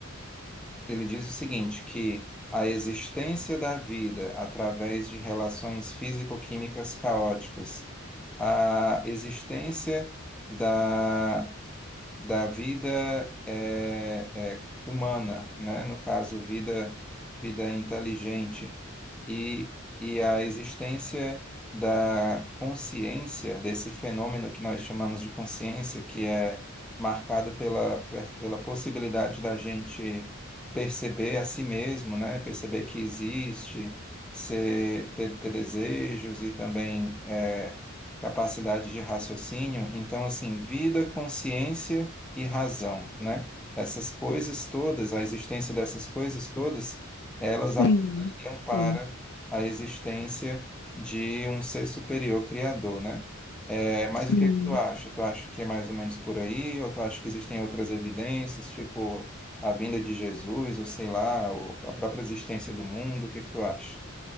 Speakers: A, in the centre; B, on the left (about 55°).
A: Ele diz o seguinte, que a existência da vida através de relações físico-químicas caóticas, a existência da da vida é, é, humana, né? No caso, vida, vida inteligente, e, e a existência da consciência, desse fenômeno que nós chamamos de consciência, que é marcado pela, pe- pela possibilidade da gente perceber a si mesmo, né? Perceber que existe, ser, ter, ter desejos e também. é, capacidade de raciocínio. Então, assim, vida, consciência e razão, né? Essas coisas todas, a existência dessas coisas todas, elas apontariam
B: Sim,
A: para
B: sim,
A: a existência de um ser superior criador, né? É, mas
B: sim.
A: o que que tu acha? Tu acha que é mais ou menos por aí, ou tu acha que existem outras evidências, tipo a vinda de Jesus, ou sei lá, ou a própria existência do mundo? O que que tu acha?